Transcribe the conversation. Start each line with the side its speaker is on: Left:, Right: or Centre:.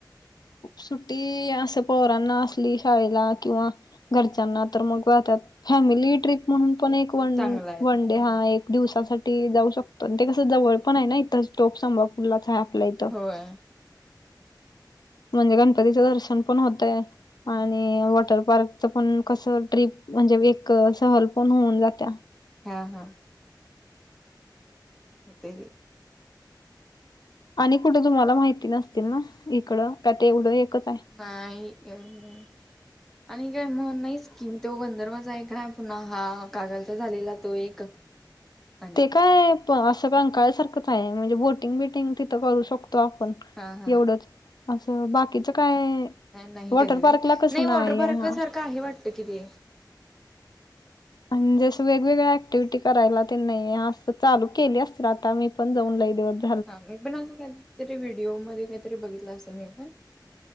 Left: सुट्टी असं पोरांना असली शाळेला किंवा- घरच्याना तर मग त्या फॅमिली ट्रीप म्हणून
Centre: ट्रिप
Left: पण एक वन-
Centre: चांगला आहे हम्म
Left: डे हा एक दिवसासाठी जाऊ शकतो, ते कस जवळ पण आहे ना इतर टोप संभ- पुरला आहे आपल्या इथं.
Centre: होय
Left: म्हणजे गणपतीच दर्शन पण होतय,
Centre: हा
Left: आणि वॉटर पार्क- पण कस ट्रीप म्हणजे एक सहल पण होऊन जात्या.
Centre: हा हा होतेय.
Left: आणि कुठं तुम्हाला माहिती नसतील ना, इकडं का ते एवढं एकच आहे.
Centre: नाहीय ह- आणि काय म्हण नाहीच किम तो गंधर्वचा एक हाय पुन्हा हा कागालचा झालेला तो एक. <unintelligible>
Left: ते काय पण असं रकांळा सारखंच आहे, म्हणजे बोटिंग बिटिंग तिथं करू शकतो आपण.
Centre: हा हा
Left: एवढंच असं बाकीचं काय-
Centre: नाही
Left: वॉटर
Centre: कधी
Left: पार्कला
Centre: नाही
Left: कसं नाही
Centre: वॉटरपार्क
Left: हा
Centre: सारखं आहे वाटतं किती,
Left: म्हणजे असं वेगवेगळ्या ऍक्टिव्हटी कयला तेन नाही असं चालू केली असतील, आता मी पण जाऊन लई दिवस झाले.
Centre: हा मी पण असं काहीतरी व्हिडिओ मध्ये काहीतरी बघितला असेल मी पण-